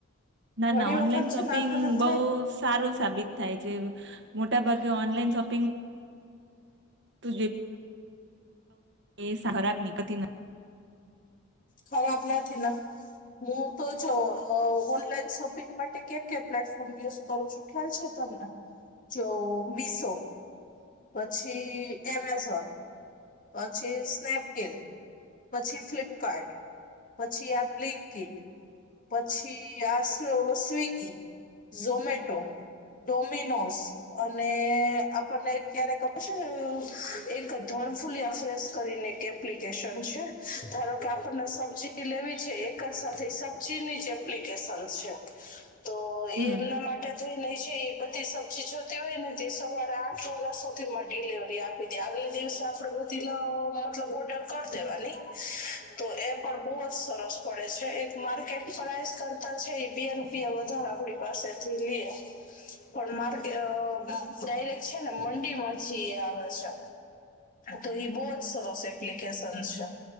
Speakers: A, on the right; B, on the left.
A: ના
B: ઘણી
A: ના ઓનલાઈન
B: વખત
A: શોપિંગ
B: છે ને આપણને એમ
A: બઉ
B: થાય
A: સારું સાબિત થાય છે મોટા ભાગે
B: હમ
A: ઓનલાઈન શોપ વ જે ખરાબ નીકળતી નથી
B: ખરા આપણાથી ના હું તો જો, ઓનલાઈન શોપિંગ માટે, ક્યા ક પ્લેટફોર્મ યુઝ કરું છું. ખેલ છે. તમને જો મીસો. પછી એમેઝોન. પછી સ્નેપડીલ પછી ફ્લિપકાર્ટ પછી આપ બ્લિંક કિટ પછી આ શું સ્વિગી ઝોમેટો ડોમિનોોસ અને આપણને ક્યારે ક છે એક ધડફૂલિયા ફ્રસ કરીને કે એ્િકેશન છે ધારો કે આપણને સબ લેવી છે એક જ સાથે ીની જે એપ્લિકેશન છે તો એ
A: હમ
B: એમના માટે થઈ ન છે એ બધી સબ્જી જોતી હોય ને તે સવારે આઠ વાગ્યા સુધીમાં ડિલેવરી આપે બી આગલે દિવસે આપડે બધલા મતલબ ઓર્ડર કરી દેવાની તો એ પણ બહુ જ સરસ પડે છે એક માર્કેટ પ્રાઇસ કરતા છે એ બે રૂપિયા વધારે આપડી પાસેથી લે પણ માર્કેટ ડાયરેક છે ને મંડી માંથી આવે છે તો એ બહુ જ સરસ એપ્લિકેશન છે